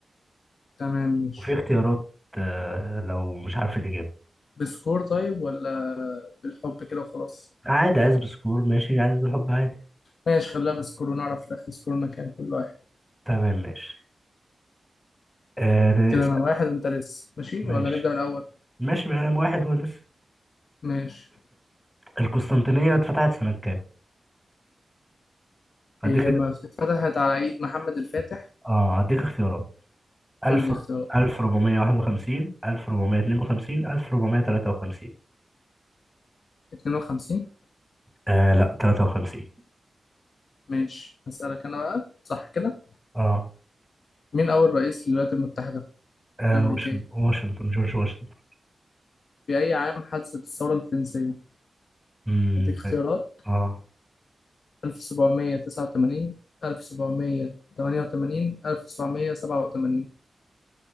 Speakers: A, on the left (about 75°); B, in the centre.
A: تمام ماشي
B: وفي اختيارات آه... لو مش عارف الإجابة
A: بسكور طيب ولا بالحب كده وخلاص
B: عادي عايز بسكور ماشي عايز بالحب عادي
A: ماشي خليها بسكور ونعرف في الاخر سكورنا كام كل واحد
B: تمام ماشي آه...
A: كده
B: س-
A: انا واحد انت لسه ماشي
B: ماشي
A: ولا نبدا من الاول
B: ماشي بقى واحد ولسه
A: ماشي
B: القسطنطينية اتفتحت سنة كام؟ هديك
A: هي ما اتفتحت على عيد محمد الفاتح
B: اه هديك اختيارات 1000
A: والاختيارات
B: 1451 1452 1453
A: 52
B: آه لا 53
A: ماشي هسألك انا بقى صح كده
B: اه,
A: مين اول رئيس للولايات المتحده
B: آه
A: الامريكيه
B: واشنطن واشنطن جورج واشنطن
A: في اي عام حدثت الثوره الفرنسيه
B: امم
A: أديك اختيارات
B: اه
A: 1789 1788 1787